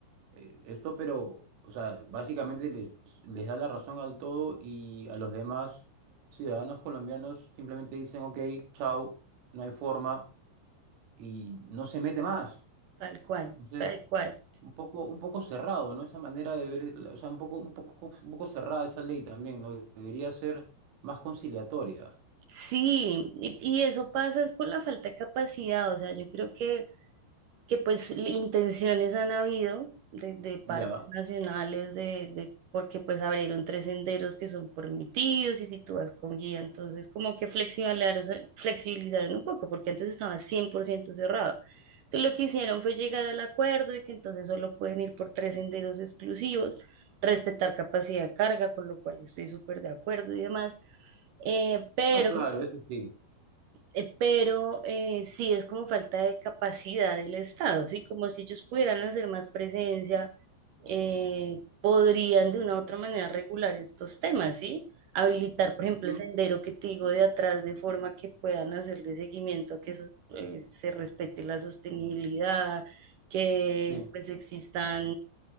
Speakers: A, on the right; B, on the right.
A: eh, esto, pero, o sea, básicamente les, les da la razón al todo y a los demás ciudadanos colombianos simplemente dicen, ok, chao, no hay forma y no se mete más.
B: tal cual,
A: Entonces,
B: tal cual.
A: un poco, un poco cerrado, ¿no? Esa manera de ver, la- o sea, un poco, un poco, un poco cerrada esa ley también, ¿no? Debería ser más conciliatoria,
B: Sí, y, y eso pasa es por la falta de capacidad, o sea, yo creo que, que pues l- intenciones han habido de, de parques
A: ¿ya?
B: nacionales, de, de, porque pues abrieron tres senderos que son permitidos y si tú vas con guía, entonces como que flexibilizaron, flexibilizaron un poco, porque antes estaba 100% cerrado. Entonces lo que hicieron fue llegar al acuerdo de que entonces solo pueden ir por tres senderos exclusivos, respetar capacidad de carga, con lo cual estoy súper de acuerdo y demás. Eh, pero
A: No, claro, eso sí.
B: eh, Pero eh, sí es como falta de capacidad del Estado, ¿sí? Como si ellos pudieran hacer más presencia, eh, podrían de una u otra manera regular estos temas, ¿sí? Habilitar, por
A: Ujú,
B: ejemplo, el sendero que te digo de atrás de forma que puedan hacerle seguimiento a que eso, eh, se respete la sostenibilidad, que
A: Sí,
B: pues existan